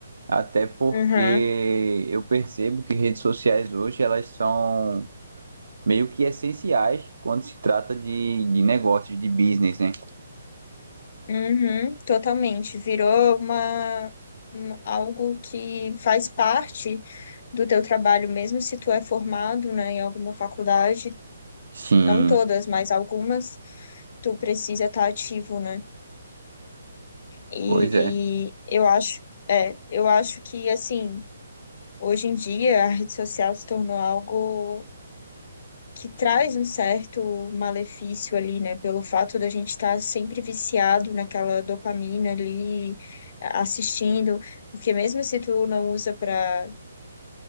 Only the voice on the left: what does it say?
uhum,
uhum, totalmente. Virou uma, um- algo que faz parte do teu trabalho, mesmo se tu é formado, né, em alguma faculdade
não todas, mas algumas, tu precisa estar ativo, né? E
eu acho, é, eu acho que assim, hoje em dia a rede social se tornou algo que traz um certo malefício ali, né? Pelo fato da gente estar sempre viciado naquela dopamina ali, a- assistindo, porque mesmo se tu não usa para